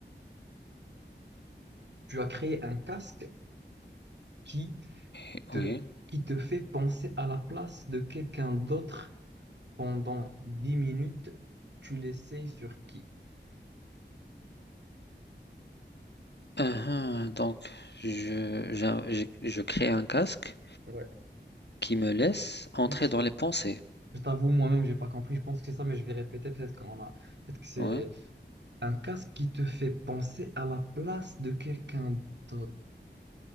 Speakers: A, on the right; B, on the left.
A: as créé un casque qui
B: et-
A: te,
B: oui.
A: qui te fait penser à la place de quelqu'un d'autre pendant 10 minutes, tu l'essayes sur qui?
B: Uhum, donc, je, j'a- j'ai- je crée un casque
A: Ouais.
B: qui me laisse entrer
A: Moi, Je
B: dans les pensées.
A: je t'avoue, moi-même, j'ai pas compris. Je pense que c'est ça, mais je vais répéter peut-être qu'on a. Peut-être que c'est
B: Ouais.
A: un casque qui te fait penser à la place de quelqu'un d'autre.